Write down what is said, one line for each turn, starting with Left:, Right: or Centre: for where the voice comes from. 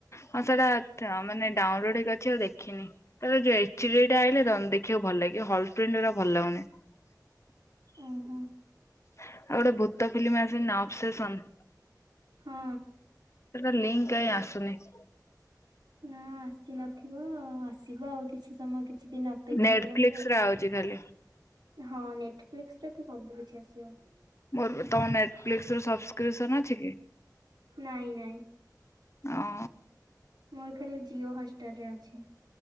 Left: ହଁ ସେଇଟା ମାନେ ଡାଉନଲୋଡ ହେଇକି ଅଛି । ଦେଖିନି କେବେ ଯିବେ ଥ୍ରିଡି ଟା ଆଇଲେ ଦେଖିବାକୁ ଭଲ ଲାଗିବ ହଲ ପ୍ରିଣ୍ଟ ଗୁଡା ଭଲ ଲାଗୁନି ।
Right: ଓହୋ
Left: ଆଉ ଗୋଟେ ଭୂତ ଫିଲ୍ମ ଆସି ନି ନା ଅଫସେସନ
Right: ହଁ
Left: ଲିଙ୍କ କାଇଁ ଆସୁନି ।
Right: ନା ଆସି ନଥିବ ଆସିବ ଆଉ କିଛି ସମୟ କିଛି ଦିନ ଅପେକ୍ଷା
Left: ନେଟଫ୍ଲିକ୍ସ
Right: କରନ୍ତୁ ଆଉ
Left: ରେ ଆଉଛି ଖାଲି
Right: ହଁ ନେଟ ୱର୍କ ନେକ୍ସଟରେ ତ ସବୁ କିିଛି ଆସିବ ।
Left: ମୋର ବି ତମ ନେଟ ସବସ୍କ୍ରିପସନ ଅଛି କି?
Right: ନାଇଁ ନାଇଁ।
Left: ଓ
Right: ମୋର ଖାଲି, ଜିଓ ହଷ୍ଟଷ୍ଟାର ରେ ଅଛି।